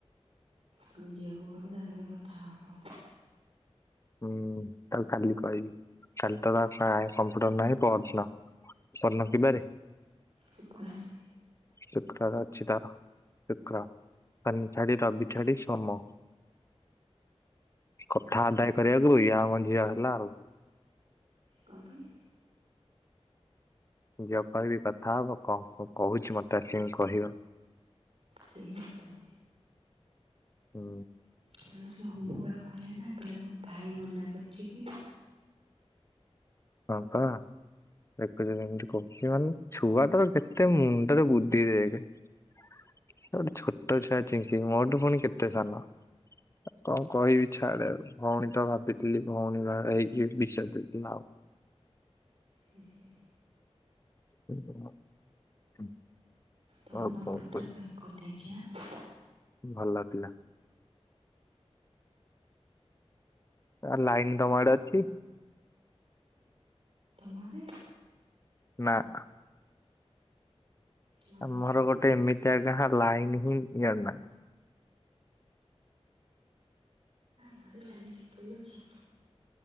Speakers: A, on the right; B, on the left.
A: ତମ ଝିଅକୁ କହିବୁ ତା ସହିତ କଥା ହବ।
B: ହୁଁ ତାକୁ କାଲି କହିବି କାଲି ତ ତାର ପ୍ରାୟ କମ୍ପ୍ୟୁଟର ନାହିଁ ପଅରଦିନ ପଅରଦିନ କି ବାରେ।
A: ଶୁକ୍ରଆର।
B: ଶୁକ୍ରୁବାର ଅଛି ତାର। ଶୁକ୍ର ଶନି ଛାଡି ରବି ଛାଡି ସୋମ। କଥା ଆଦାୟ କରିବାକୁ ଇଏ ଆମ ଝିଅ ହେଲା ଆଉ।
A: କଁ ପେଇଁ।
B: ଝିଅକୁ କହିବି କଥା ହବ କଁ କଁ କହୁଛି ମତେ ଆସିକିନି କହିବ।
A: ସେହିଆ ତ।
B: ହୁଁ।
A: ତାଣୁ ସେ ହମୁ ହକା କହିଲେ ନା କହିଲା ତମ ଭାଇ ମନା କରିଛି କି।
B: ହଁ ପା। ଦେଖୁଚୁ କେମତି କହୁଚି ମାନେ ଛୁଆଟାର କେତେ ମୁଣ୍ଡେରେ ବୁଦ୍ଧି ଦେଖେ। ସିଏ ଗୋଟେ ଛୋଟ ଛୁଆ ଚିଙ୍କି ମୋଠୁ ପୁଣି କେତେ ସାନ। କଣ କହିବି ଛାଆଡେ ଆଉ। ଭଉଣୀ ଟା ଭାବିଥିଲି ଭଉଣୀ ହେଇକି ବିଷ ଦେଇଦେଲା ଆଉ।
A: ହୁଁ ହୁଁ।
B: <unintelligible>
A: ତମ
B: ଆଉ
A: ନମ୍ବରଟା
B: କଣ କହିବି
A: ବ୍ଲକ୍ କରିଦେଇଚି ଆଁ।
B: ଭଲ ଥିଲା। ଆ ଲାଇନ ତମଆଡେ ଅଛି?
A: ମାରେ।
B: ନା।
A: ଭଲ
B: ଆମର ଗୋଟେ ଏମିତିଆ ଗାଁ ଲାଇନ ହିଁ ଜଣନାହିଁ।
A: <unintelligible>